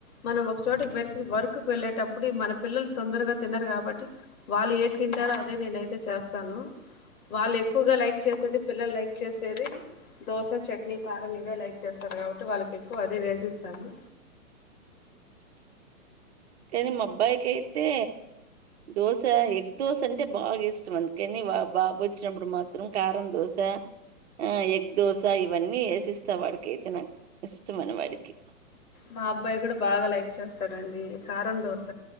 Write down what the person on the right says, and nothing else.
ఇ కానీ మబ్బాయికైతే దోశ ఎగ్ దోశ అంటే బాగా ఇష్టం అందుకని బాబు వచ్చినప్పుడు మాత్రం కారం దోశ ఆ ఎగ్ దోశ ఇవన్నీ వేసిస్త వాడికి అయితే నాకు ఇష్టమనీ వాడికి